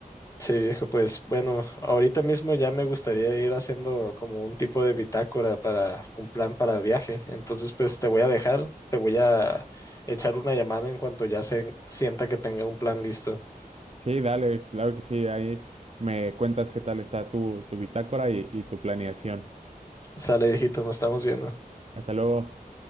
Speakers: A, on the left; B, on the right.
A: Sí, viejo, pues bueno, ahorita mismo ya me gustaría ir haciendo como un tipo de bitácora para un plan para viaje. Entonces, pues te voy a dejar, te voy a echar una llamada en cuanto ya se sienta que tenga un plan listo.
B: Sí, dale, claro que sí. Ahí me cuentas qué tal está tu, tu bitácora y, y tu planeación.
A: Sale, viejito, nos estamos viendo.
B: Hasta luego.